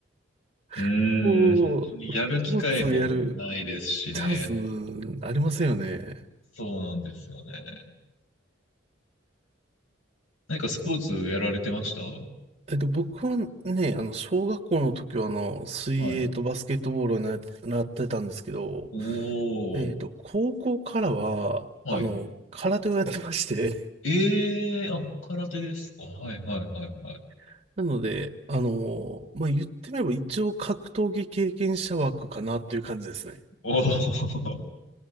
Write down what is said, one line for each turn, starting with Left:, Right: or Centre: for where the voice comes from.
Left: うん、
Right: <laughs> こう、
Left: 本当にやる機会もないですしね。
Right: スポーツやるチャンスありませんよね。
Left: そうなんですよね。何かスポーツやられてましたは
Right: そう。えっと、僕はね、あの、小学校の時は、あの、水泳とバスケットボールをな、
Left: い。
Right: なってたんですけど、
Left: おー。
Right: えっと、高校からは、
Left: はい。
Right: あの、空手をやってまして、
Left: えー、あ、空手ですか。はいはいはいはい。
Right: <laughs> なので、あの、まあ、言ってみれば一応格闘技経験者枠かなっていう感じですね。
Left: おー。<laughs>